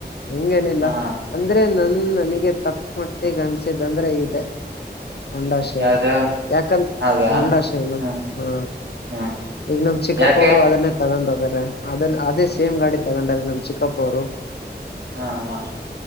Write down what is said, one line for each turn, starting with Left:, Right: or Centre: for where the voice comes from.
Left: ನಂಗೇನಿಲ್ಲ
Right: ಹಾ
Left: ಅಂದ್ರೆ ನನ್ ನನಗೆ ತಕ್ಕ ಮಟ್ಟಿಗೆ ಅನ್ಸಿದ್ದಂದ್ರೆ ಇದೆ ಹೊಂಡಾಷೆ
Right: ಯಾವ್ದು
Left: ಏನು ಯಾಕಂತ
Right: ಹೌದಾ
Left: ಹೊಂಡಾಷೆ ಏನು
Right: ಹ್ಮ್
Left: ಹಾ
Right: ಹ್ಮ್
Left: ಈಗ ನ <inaudible> ಚಿಕ್ಕಪ್ಪೋರು
Right: ಯಾಕೆ
Left: ಅದನ್ನೇ ತಗ ೊಂದ ಹೋಗ್ರ ಅದನ್ ಅದೇ ಸೇಮ್ ಗಾಡಿ ತಗೊಂಡ್ರ ನಮ್ ಚಿಕ್ಕಪ್ಪರು
Right: ಹಾ ಹ